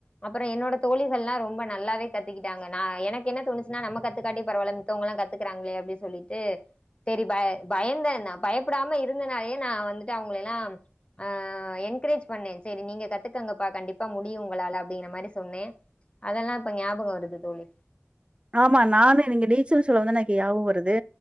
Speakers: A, on the left; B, on the right.
A: அப்புறோ என்னோட தோழிகள்லா ரொம்ப நல்லாவே கத்துக்கிட்டாங்க நான் எனக்கு என்ன தோணுச்சுன்னா நம்ம கத்துக்காட்டி பரவாயில்ல மித்தவங்க எல்லா கத்துக்கறாங்களே அப்படின்னு சொல்லிட்டு செரி ப பயந்த நா பயப்படாம இருந்தனாலே நா வந்துட்டு அவங்களெல்லாம் ஆஹ் என்கரேஜ் பண்ணே செரி நீங்க கத்துக்கங்கப்பா கண்டிப்பா முடியு உங்களால அப்டிங்கற மாரி சொன்னே அதெல்லா இப்ப ஞாபகோ வருது தோழி
B: ஆமா நானு நீங்க நீச்சல் சொல்லவுந்தா எனக்கு ஞாவோ வருது